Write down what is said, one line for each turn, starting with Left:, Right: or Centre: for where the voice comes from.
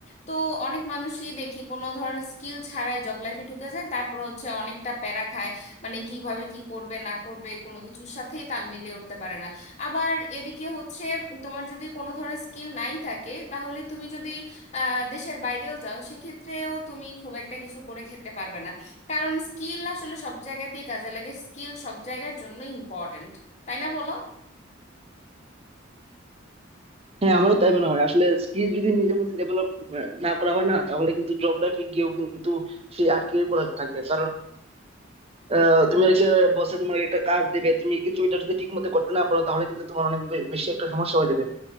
Left: তো অনেক মানুষই দেখি কোনো ধরনের স্কিল ছাড়াই জব লাইফে ঢুকে যায় তারপর হচ্ছে অনেকটা প্যারা খায় মানে কিভাবে কি করবে না করবে কোনো কিছুর সাথেই তাল মিলিয়ে উঠতে পারে না আবার এদিকে হচ্ছে তোমার যদি কোনো ধরনের স্কিল নাই থাকে তাহলে তুমি যদি আহ, দেশের বাইরেও যাও সেক্ষেত্রেও তুমি খুব একটা কিছু করে খেতে পারবে না কারণ স্কিল আসলে সব জায়গাতেই কাজে লাগে স্কিল সব জায়গার জন্য ইম্পর্ট্যান্ট তাই না বলো
Right: হ্যাঁ আমারও তাই মনে হয় আসলে স্কিল যদি নিজের মধ্যে ডেভেলপ না করা হয় না তাহলে কিন্তু জব লাইফে গিয়েও কিন্তু সে আটকে পড়া থাকবে কারণ আহ, তুমি একটা বসে তোমাকে একটা কাজ দেবে তুমি কিন্তু এটা যদি ঠিক মতো করতে না পারো তাহলে কিন্তু তোমার অনেক বে- বেশি একটা সমস্যা হয়ে যাবে